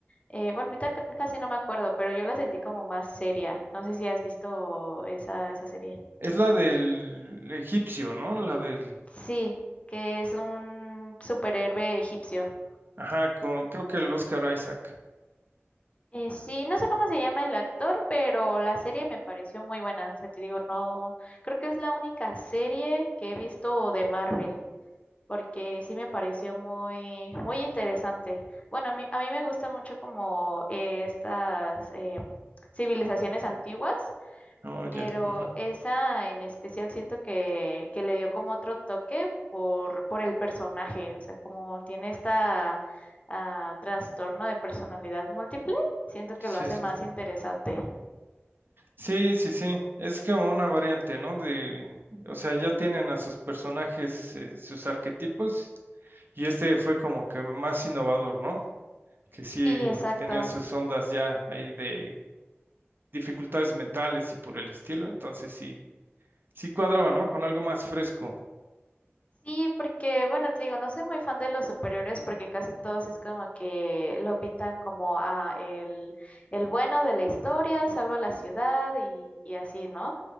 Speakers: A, on the left (about 30°); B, on the right (about 50°).
A: eh, bueno, ahorita ca- casi no me acuerdo, pero yo la sentí como más seria. No sé si has visto esa, esa serie.
B: Es la del egipcio, ¿no? La del...
A: Sí, que es un superhéroe egipcio.
B: Ajá, con... creo que el Oscar Isaac.
A: Eh, sí, no sé cómo se llama el actor, pero la serie me pareció muy buena. O sea, te digo, no. Creo que es la única serie que he visto de Marvel. porque sí me pareció muy, muy interesante. Bueno, a mí, a mí me gusta mucho como eh, estas eh, civilizaciones antiguas,
B: Oh,
A: pero
B: ya. ujú.
A: esa en especial siento que, que le dio como otro toque por, por el personaje, o sea, como tiene esta ah, trastorno de personalidad múltiple, siento que
B: Sí,
A: lo hace
B: sí,
A: más
B: sí.
A: interesante.
B: Sí, sí, sí. Es como una variante, ¿no? De... O sea, ya tienen a sus personajes, eh, sus arquetipos Y este fue como que más innovador, ¿no? Que sí
A: Sí, exacto.
B: tenía sus ondas ya ahí de dificultades mentales y por el estilo, entonces sí, sí cuadraba, ¿no? Con algo más fresco.
A: Sí, porque bueno, te digo, no soy muy fan de los superiores porque casi todos es como que lo pintan como ah, el, el bueno de la historia, salva la ciudad y, y así, ¿no?